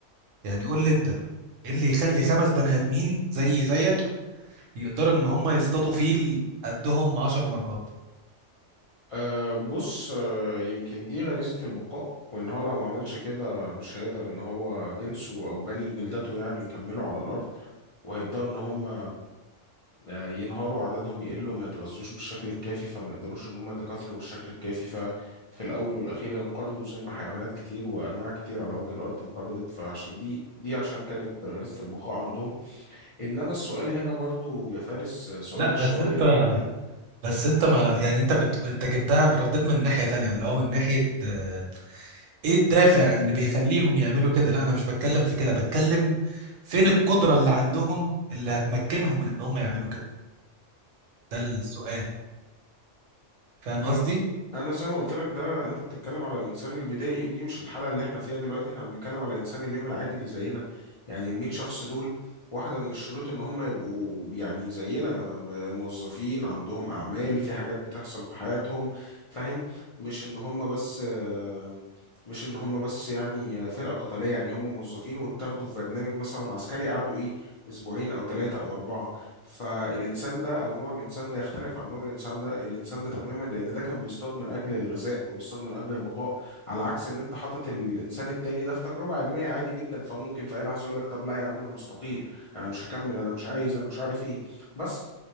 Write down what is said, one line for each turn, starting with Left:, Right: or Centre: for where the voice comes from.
Right: يعني قول لي انت ايه اللي يخلي خمس بني ادمين زي زيك يقدروا ان هم يصطادوا فيل قدهم عشر مرات
Left: أه بص أه يمكن دي غريزة البقاء وإن هو لو ما عملش كده مش هيقدر إن هو جنسه أو بني جلدته يعني يكملوا على الأرض وهيبدأوا إن هم آه، ينهاروا عددهم يقل وما يتغذوش بالشكل الكافي فما يقدروش ان هم يتكاثروا بالشكل الكافي ففي الاول والاخير ينقرضوا زي ما حيوانات كتير وانواع كتير على وجه الارض انقرضت فعشان دي دي عشان كانت غريزة البقاء عندهم انما السؤال هنا برضو يا فارس آه، سؤال
Right: لا
Left: شوية
Right: بس انت
Left: <clears throat>
Right: بس انت ما يعني انت بت... انت جبتها رديت من ناحية تانية اللي هو من ناحية آه، ايه الدافع اللي بيخليهم يعملوا كده لا انا مش بتكلم في كده بتكلم فين القدرة اللي عندهم اللي هتمكنهم من ان هم يعملوا كده ده السؤال فاهم
Left: ما
Right: قصدي
Left: انا زي ما قلت لك ده انت بتتكلم على الانسان البدائي ودي مش الحاله اللي احنا فيها دلوقتي احنا بنتكلم على انسان اليوم العادي اللي زينا يعني ال 100 شخص دول واحده من الشروط ان هم يبقوا يعني زينا ب- موظفين عندهم اعمال في حاجات بتحصل في حياتهم فاهم مش ان هم بس آه، مش ان هم بس يعني فرقه قتاليه يعني هم موظفين واتاخدوا في برنامج مثلا عسكري قعدوا ايه اسبوعين او ثلاثه او اربعه فالإنسان ده أو نوع الإنسان ده يختلف عن نوع الإنسان ده الإنسان ده تماما لأن ده كان بيصطاد من أجل الغذاء وبيصطاد من أجل البقاء على عكس إن أنت حاطط الإنسان التاني ده في تجربة علمية عادي جدا فهو ممكن في أي لحظة يقول لك طب لا يا عم أنا مستقيل أنا مش هكمل أنا مش عايز أنا مش عارف إيه بس